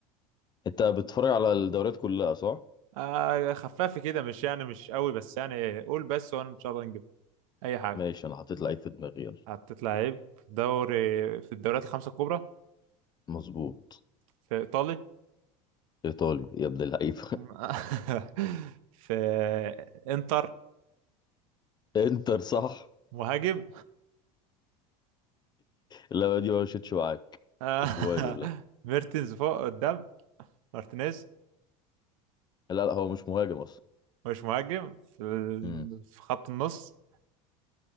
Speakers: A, on the left; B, on the right.
A: انت بتتفرج على الدوريات كلها صح
B: آه خفافي كده مش يعني مش قوي بس يعني قول بس وانا ان شاء الله نجيب اي حاجه
A: ماشي انا حطيت لعيب في دماغي يلا
B: حطيت لعيب في دوري في الدوريات الخمسه الكبرى
A: مظبوط
B: في ايطالي
A: ايطالي يا ابن اللعيب
B: <laughs> في انتر
A: <laughs> انتر صح
B: مهاجم
A: لا دي ما مشيتش معاك
B: آه
A: مش
B: <laughs>
A: مهاجم لا
B: ميرتنز فوق قدام مارتينيز
A: لا لا هو مش مهاجم اصلا
B: مش مهاجم في ال-
A: امم
B: في خط النص